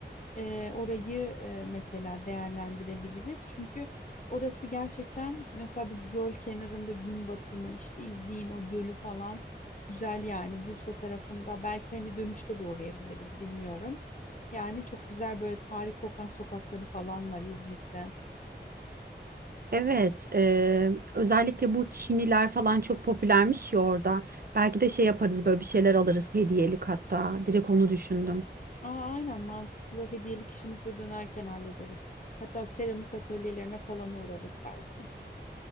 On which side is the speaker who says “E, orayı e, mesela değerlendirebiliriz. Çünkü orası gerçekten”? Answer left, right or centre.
Left